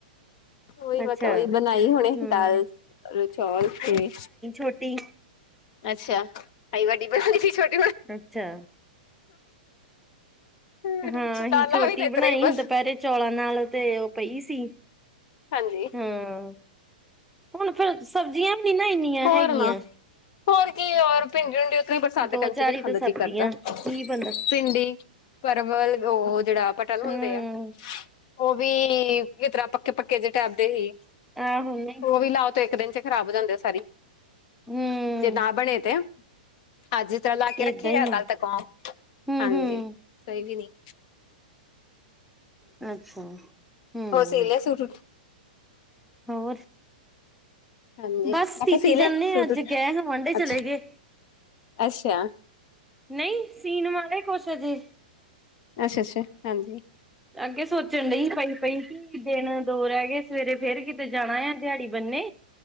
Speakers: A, on the left; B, in the centre.
A: ਉਹੀ, ਮੈਂ
B: ਅੱਛਾ
A: ਕਿਹਾ ਉਹੀ ਬਣਾਈ ਹੁਣੇ
B: ਹਮ
A: ਦਾਲ ਚੌਲ ਤੇ
B: ਰੋਟੀ
A: ਅੱਛਾ ਆਈ ਵੱਡੀ ਬਣ ਛੋ <unintelligible>
B: ਅੱਛਾ।
A: ਦਾਲਾਂ
B: ਹਾਂ ਅਹੀ ਚੋਟੀ
A: ਵੀ ਤੇ ਇਤਰਾ
B: ਬਣਾਈ
A: ਹੀ ਬਸ
B: ਹੁਨ, ਦੁਪਹਿਰੇ ਚੌਲਾਂ ਨਾਲ ਤੇ ਉਹ ਪਈ ਸੀ।
A: ਹਾਂਜੀ,
B: ਹਾਂ ਹੁਣ ਫਿਰ ਸਬਜ਼ੀਆਂ ਵੀ ਨੀ ਨਾ ਇੰਨੀਆਂ
A: ਹੋਰ
B: ਹੈਗੀਆਂ
A: ਨਾ ਹੋਰ ਕੀ ਯਾਰ ਭਿੰਡੀ ਵਿੰਡੀ ਉੱਥੋਂ ਬਰਸਾਤ
B: ਦੋ
A: ਦੇ ਟਾਈਮ ਚ
B: ਚਾਰ
A: ਨਹੀਂ
B: ਹੀ
A: ਖਾਣ
B: ਤੇ
A: ਦਾ
B: ਸਬਜ਼ੀਆਂ
A: ਜੀ ਕਰਦਾ,
B: ਕੀ ਬੰਦਾ
A: ਭਿੰਡੀ ਪਰਵਲ, ਉਹ ਜਿਹੜਾ ਪਟਲ ਹੁੰਦੇ
B: ਹਮ
A: ਆ, ਉਹ ਵੀ ਕਿਸ ਤਰ੍ਹਾਂ ਪ <unintelligible> ਪੱਕੇ ਜੇ ਟੈਪ ਦੇ ਹੀ,
B: ਆਹੋ ਨਹੀਂ
A: ਉਹ ਵੀ ਲਾਓ ਤੇ ਇੱਕ ਦਿਨ ਚ ਖਰਾਬ ਹੋ ਜਾਂਦੇ ਆ ਸਾਰੀ।
B: ਹਮ
A: ਜੇ ਨਾ ਬਣੇ ਤੇ? ਅੱਜ ਤਾ ਲਾ ਕੇ ਰੱਖੇ
B: ਏਦਾਂ ਹੀ
A: ਆ, ਕੱਲ ਤੱਕ ਆਉ,
B: ਹਮ
A: ਹਾਂਜੀ
B: ਹਮ
A: ਸਹੀ ਵੀ ਨੀ।
B: ਅੱਛਾ ਹੂੰ
A: ਹੋਰ ਸੀ ਲਿਆ ਸੂਟ?
B: ਹੋਰ
A: ਹਾਂਜੀ,
B: ਬਸ
A: ਮੈਂ
B: ਸੀਤੀ
A: ਕਿਹਾ ਸੀ ਲੈ
B: ਜਾਂਦੇ
A: ਸੂਟ,
B: ਅੱਜ ਗਏ ਹਾਂ ਵਾਂਢੇ ਚਲੇ
A: ਅਛਾ
B: ਗਏ
A: ਅੱਛਾ।
B: ਨਹੀਂ, ਸੀਨ ਵਾਲੇ ਕੁਛ ਜ਼ੀ।
A: ਅੱਛ ਅੱਛਾ, ਹਾਂਜੀ।
B: ਅੱਗੇ ਸੋਚਣ ਡਹੀ ਪਈ ਪਈ, ਕਿ ਦਿਨ ਦੋ ਰਹਿ ਗਏ, ਸਵੇਰੇ ਫੇਰ ਕਿਤੇ ਜਾਣਾ ਆ ਦਿਹਾੜੀ ਬੰਨੇ।